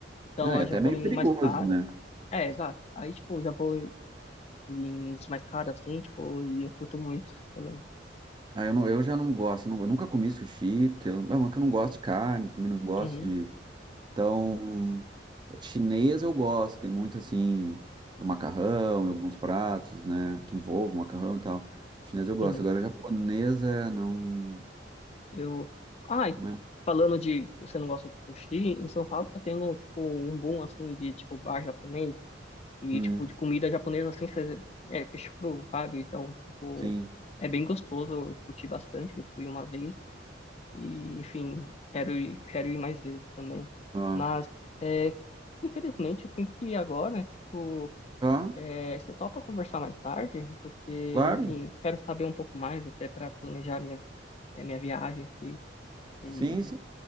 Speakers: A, on the left; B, on the right.
A: Então
B: Não, e
A: eu
B: até
A: já vou
B: meio
A: em
B: perigoso,
A: um mais caro.
B: né?
A: É, exato. Aí, tipo, eu já vou em, em uns mais caros assim, tipo, e eu curto muito também.
B: Ah, eu, não, eu já não gosto, não- eu nunca comi sushi, porque eu, não, é que eu não gosto de carne, também não gosto
A: Uhum,
B: de. Então, chinês eu gosto, tem muito assim, o macarrão e alguns pratos, né, que envolvem macarrão e tal. Chinês eu gosto,
A: uhum.
B: agora japonesa não,
A: Eu. Ah, e
B: não é.
A: falando de você não gosta de sushi, em São Paulo tá tendo, tipo, um boom, assim, de, tipo, bar japonês e,
B: Hum,
A: tipo, de comida japonesa, assim, cê- é peixe cru, sabe? Então, tipo,
B: sim.
A: é bem gostoso, eu curti bastante, eu fui uma vez e, enfim, quero ir, quero ir mais vezes também.
B: Ah,
A: Mas, é, infelizmente, eu tenho que ir agora, tipo,
B: tá,
A: é, você topa conversar mais tarde? Porque,
B: claro.
A: enfim, quero saber um pouco mais até para planejar minha, é, minha viagem aqui e
B: Sim, sim.